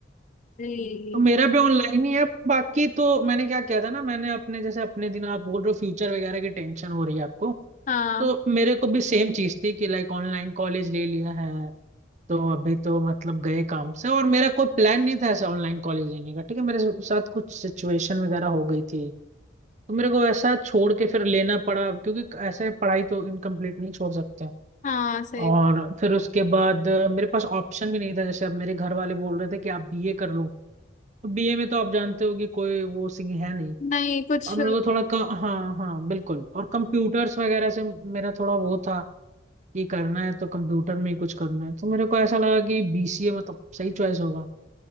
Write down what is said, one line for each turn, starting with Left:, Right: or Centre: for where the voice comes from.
Left: जी
Right: तो मेरा भी ऑनलाइन ही है बाकी तो मैंने क्या किया था ना मैंने अपने जैसे अपने दिन आप बोल रहे हो फ्यूचर वगैरह की टेंशन हो रही है आपको
Left: हाँ
Right: तो मेरे को भी सेम चीज थी कि लाइक ऑनलाइन कॉलेज ले लिया है तो अभी तो मतलब गए काम से और मेरा कोई प्लान नहीं था ऐसा ऑनलाइन कॉलेज लेने का ठीक है मेरे साथ कुछ सिचुएशन वगैरह हो गई थी तो मेरे को ऐसा छोड़ के फिर लेना पड़ा क्योंकि ऐसे पढ़ाई तो इनकम्प्लीट नहीं छोड़ सकते
Left: हाँ सही
Right: और फिर उसके बाद अ, मेरे पास ऑप्शन भी नहीं था जैसे अब मेरे घर वाले बोल रहे थे कि आप बीए कर लो तो बीए में तो आप जानते हो कि कोई वो सिंह है नहीं
Left: नहीं कुछ
Right: और मेरे को थोड़ा क- हाँ हाँ बिल्कुल और कंप्यूटर्स वगैरह से मेरा थोड़ा वो था कि करना है तो कंप्यूटर में ही कुछ करना है तो मेरे को ऐसा लगा कि बीसीए मतलब सही चॉइस होगा